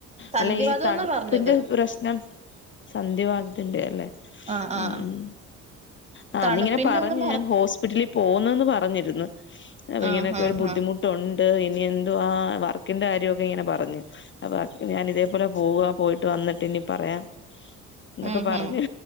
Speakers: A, on the right (about 20°); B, on the left (about 40°).
A: സന്ധിവാതം
B: അല്ല ഈ തണുപ്പിന്റെ
A: എന്നാ പറഞ്ഞത്
B: പ്രശ്നം സന്ധിവാദത്തിന്റെയാ അല്ലേ
A: ആഹ്
B: ഉം
A: ആഹ്
B: ഉം ആ
A: തണുപ്പിന്റെ
B: ന്നിങ്ങനെ പറഞ്ഞ്
A: ഒന്നും
B: ഞാൻ ഹോസ്പിറ്റലി പോന്ന്ന്ന് പറഞ്ഞിര്ന്ന് അപ്പൊ ഇങ്ങനെക്കെ
A: ആഹ് ആഹ്
B: ഒരു ബുദ്ധിമുട്ടൊണ്
A: ആഹ്
B: <unintelligible> ഇനി എന്തുവാ വർ ക്കിന്റെ കാര്യോക്കെ ഇങ്ങന പറഞ്ഞ് അപ്പൊ ഞാന് ഇതേപോലെ പോവാ പോയിട്ട് വന്നിട്ട് ഇനി പറയാം ന്നൊക്കെ
A: ഉം
B: പറഞ്ഞ്
A: ഉം